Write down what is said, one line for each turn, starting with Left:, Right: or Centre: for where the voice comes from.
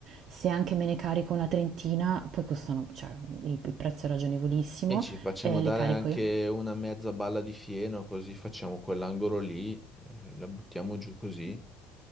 Right: Se anche me ne carico una trentina, poi costano, cioè il il prezzo è ragionevolissimo,
Centre: E ci facciamo
Right: e
Centre: dare
Right: le carico
Centre: anche
Right: io.
Centre: una mezza balla di fieno, così facciamo quell'angolo lì, eh, la buttiamo giù così.